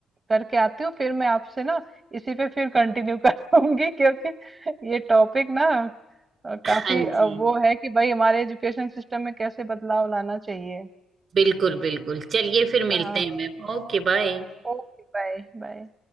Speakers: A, on the right (about 35°); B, on the right (about 55°).
A: करके आती हूँ फिर मैं आपसे ना इसी पे फिर कंटिन्यू <laughs> करूंगी क्योंकि ये टॉपिक ना अ,
B: हाँ
A: काफी
B: जी
A: अ, वो है कि भाई हमारे एजुकेशन सिस्टम में कैसे बदलाव लाना चाहिए
B: बिल्कुल बिल्कुल चलिए फिर मिलते
A: हाँ
B: हैं मैम ओके बाय
A: ओके बाय बाय